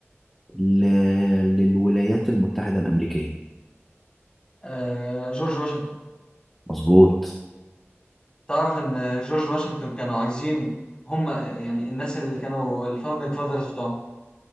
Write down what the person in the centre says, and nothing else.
ل... للولايات المتحدة الأمريكية
مظبوط